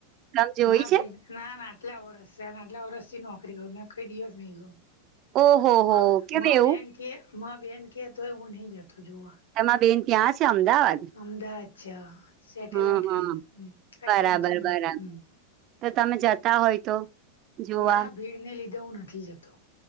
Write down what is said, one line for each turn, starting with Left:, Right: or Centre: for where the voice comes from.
Right: તમે જોઈ
Left: ના
Right: છે
Left: ભઈ ના ના આટલા વરષ સેને આટલા વરષથી નોકરી કરું મે કઈ દિવસ નઇ ગયો
Right: ઓહો
Left: માબે
Right: હો કેમ
Left: મા
Right: એવું
Left: બેન કેએ મા બેન કે તોય હું નહી જતો જોવા
Right: હેમાં બેન ત્યાં છે, અમદાવાદ?
Left: અમદાવાદ છે અ સેટેલાઈટ
Right: હમ હમ
Left: રેઇ હમ્મ, અરે
Right: બરાબર
Left: પ્રેમચંદ નગર.
Right: બરાબર
Left: હમ્મ
Right: તો તમે જતા હોય તો જોવા
Left: ના ભીડ ને લીધે હુ નથી જતો